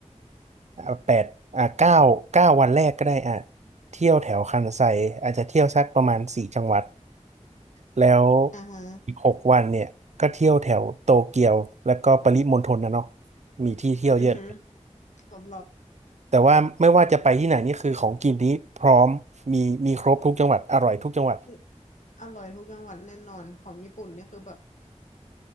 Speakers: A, on the right; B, on the left.
A: อ่าแปดอ่าเก้าเก้าวันแรกก็ได้อ่ะเที่ยวแถวคันไซอาจจะเที่ยวสักประมาณสี่จังหวัดแล้ว
B: อ่าฮะ
A: อีกหกวันเนี่ยก็เที่ยวแถวโตเกียวแล้วก็ปริมณฑลนะเนาะมีที่เที่ยวเยอะ
B: อือฮึรอบ
A: แต่ว่าไม่ว่าจะไปที่ไหนนี่คือของกินนี้พร้อมมีมีครบทุกจังหวัดอร่อยทุกจังหวัด
B: ๆ อร่อยทุกจังหวัดแน่นอนของญี่ปุ่นเนี่ยคือแบบ